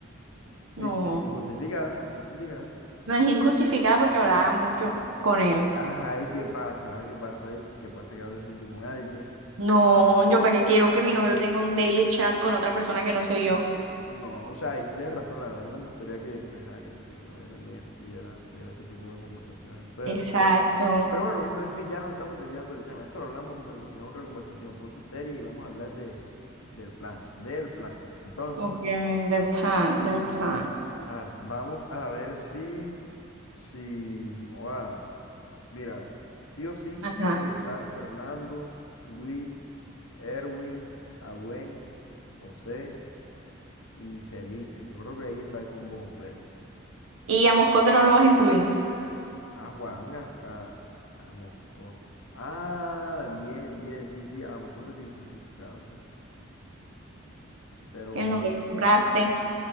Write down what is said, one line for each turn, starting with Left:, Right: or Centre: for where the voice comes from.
Left: ¿Viste?
Right: No,
Left: Injustificada, injustificada.
Right: no es injustificada porque hablaba mucho con él.
Left: Ajá, ¿y qué pasa? ¿Qué pasa? ¿Y qué pasa que hables mucho con alguien?
Right: No, yo para qué quiero que mi novio tenga un daily chat con otra persona que no soy yo.
Left: No, o sea, ahí sí tienes razón, la verdad. A mí no me gustaría que, que, ajá, que, que mi novia también tuviera, tuviera ese tipo de conversaciones, pero,
Right: Exacto.
Left: pero bueno, en fin, ya nos estamos desviando del tema. Eso lo hablamos en, en otra conversación. Ponte seria y vamos a hablar de, del plan, del plan. Entonces,
Right: Ok, del plan, del plan.
Left: claro, vamos a ver si, si, joa, mira, a ver, sí o sí
Right: Ajá.
Left: tiene que estar Fernando, Luis, Erwin, Aduen, José y Felipe. Yo creo que ahí está el combo completo.
Right: Y a Moscote no lo vas a incluir,
Left: A Juan, a, a, a Moscote. Ah, bien, bien, sí, sí, a Moscote, sí, sí, sí, claro, sí. Pero
Right: que no
Left: no,
Right: lo
Left: s-
Right: nombraste.